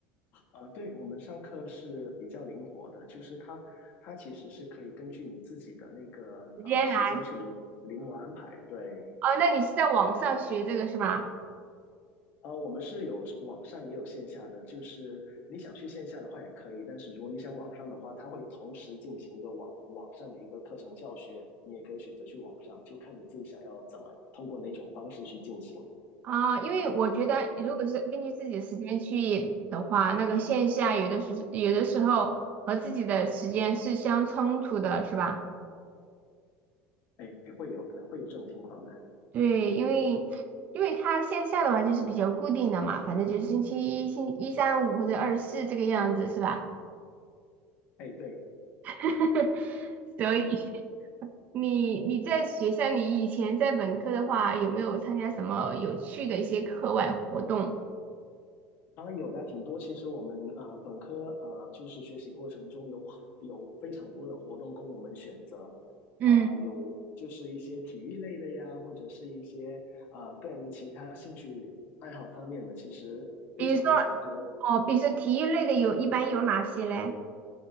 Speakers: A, on the left; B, on the right.
A: 呃，对，我们上课是比较灵活的，就是它它其实是可以根据你自己的那个呃时间去灵灵活安排。
B: 直接来
A: 对，
B: 哦，那你是在网上学这个是吧？
A: 呃，我们是有网上也有线下的，就是你想去线下的话也可以，但是如果你想网上的话，它会同时进行一个网网上的一个课程教学，你也可以选择去网上，就看你自己想要怎么通过哪种方式去进行。
B: 啊、因为我觉得如果是根据自己的时间去的话，那个线下有的时有的时候和自己的时间是相冲突的，是吧？
A: 哎，会有的，会有这种情况的。
B: 对，因为因为它线下的话就是比较固定的嘛，反正就是星期一、星一三五或者二四这个样子，是吧？
A: 哎，对，
B: <laughs> 所以
A: 嗯。
B: 你你在学校，你以前在本科的话，有没有参加什么有趣的一些课外活动？
A: 当然有的挺多。其实我们呃本科呃就是学习过程中有有非常多的活动供我们选择，
B: 嗯，
A: 啊、有就是一些体育类的呀，或者是一些呃个人其他兴趣爱好方面的，其实非常非常多。
B: 比如说，哦，比如说体育类的有，一般有哪些嘞？